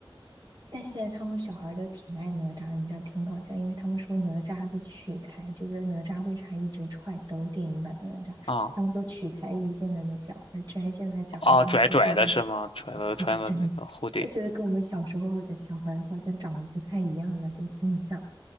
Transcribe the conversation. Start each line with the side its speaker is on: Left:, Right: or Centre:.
Right: 但现在他们小孩儿都挺爱哪吒的，你知道挺搞笑，因为他们说哪吒的取材就是哪吒为啥一直踹兜电影版的哪吒，
Left: 啊
Right: 他们说取材于现在的小孩儿，居然现在小孩儿三四岁都
Left: 啊，拽拽的是吗？拽了穿个那个
Right: 就是这样。
Left: hoodie
Right: 我觉得跟我们小时候的小孩儿好像长得不太一样了，这个风向。